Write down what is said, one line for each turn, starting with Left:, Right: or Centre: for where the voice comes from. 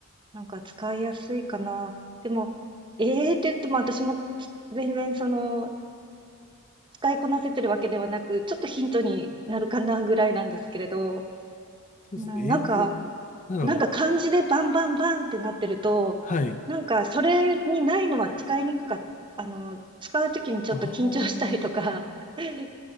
Right: なんか使いやすいかな。でも、英英って言っても私もつ全然その、使いこなせてるわけではなく、ちょっとヒントになるかなぐらいなんですけれど、
Left: そうですね。
Right: うんなんか、
Left: ええなるほど。
Right: なんか漢字でバンバンバンってなってると、
Left: はい。
Right: なんかそれにないのは使いにくかっあの、使うときにちょっと緊張したりとか、
Left: ああ、
Right: <laughs>